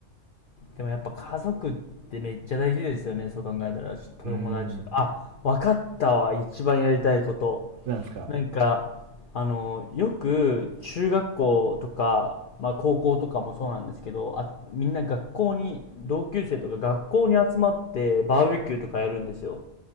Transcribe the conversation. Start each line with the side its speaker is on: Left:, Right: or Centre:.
Left: でもやっぱ家族ってめっちゃ大事ですよね。そう考えたら。友達とか。
Right: うーん。
Left: あ、わかったわ。一番やりたいこと。
Right: なんですか。
Left: なんか、あの、よく中学校とか、まあ高校とかもそうなんですけど、あ、みんな学校に、同級生とか学校に集まってバーベキューとかやるんですよ。